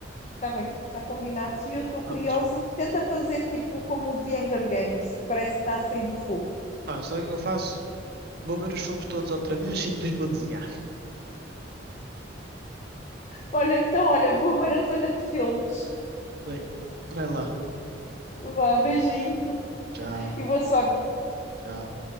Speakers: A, on the left (about 40°); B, on the right (about 60°).
A: Está bem, está combinado. E eu estou curiosa.
B: Prontos.
A: Tenta fazer tipo como o The Hunger Games, que parece que está a sair do fogo.
B: Ah, sabe o que eu faço? Vou ver os filmes todos outra vez <laughs> e depois vou desenhar.
A: Olha, então, olha, boa maratona de filmes.
B: Bem, vai lá.
A: Vá, beijinho
B: Tchau,
A: e boa sorte.
B: tchau.